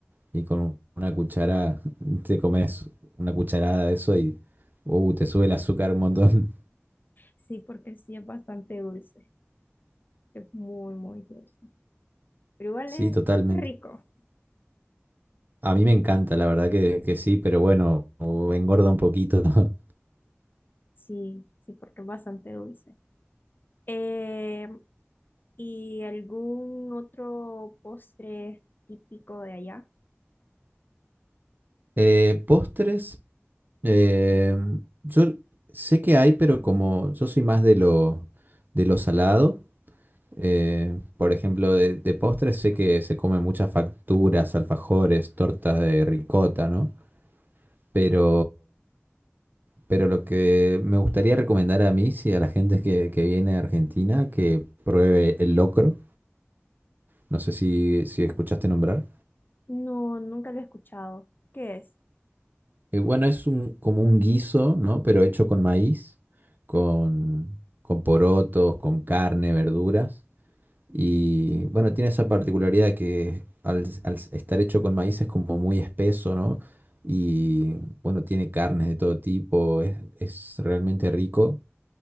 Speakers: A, on the right (about 45°); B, on the left (about 45°).
A: y con un- una cuchara <laughs> te comes una cucharada de eso y uh, te sube el azúcar un montón. <laughs>
B: Sí, porque sí es bastante dulce, es muy, muy dulce. Pero igual
A: Sí,
B: es
A: totalmente.
B: rico.
A: A mí me encanta, la verdad que, que sí, pero bueno, uh, engorda un poquito. <laughs>
B: Sí, sí, porque es bastante dulce. Eh, ¿y algún otro postre típico de allá?
A: Eh, postres. Eh, yo sé que hay, pero como yo soy más de lo, de lo salado, eh, por ejemplo, de, de postres sé que se comen muchas facturas, alfajores, tortas de ricota, ¿no? Pero, pero lo que me gustaría recomendar a mí, sí, a la gente que, que viene a Argentina, que pruebe el locro. No sé si, si escuchaste nombrar.
B: No, nunca lo he escuchado. ¿Qué es?
A: Y bueno, es un, como un guiso, ¿no? Pero hecho con maíz, con, con porotos, con carne, verduras. Y bueno, tiene esa particularidad que al, al estar hecho con maíz es como muy espeso, ¿no? Y bueno, tiene carnes de todo tipo, es, es realmente rico.